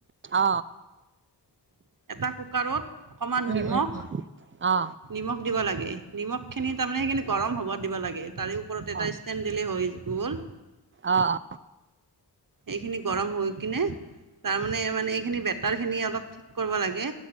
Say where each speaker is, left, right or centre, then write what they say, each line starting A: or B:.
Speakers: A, on the right; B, on the right.
A: অ
B: এটা কুকাৰত অকণমান
A: উম
B: নিমখ
A: উম উম অ
B: নিমখ দিব লাগে নিমখ খিনি তাৰমানে সেইখিনি গৰম হব দিব লাগে তাৰে ওপৰত এটা
A: অ অ
B: ষ্টেড দিলে হৈ কল
A: অ অ
B: এইখিনি গৰম হৈ কিনে তাৰমানে মানে এইখিনি ব তাৰখিনি অলপ ঠিক কৰিব লাগে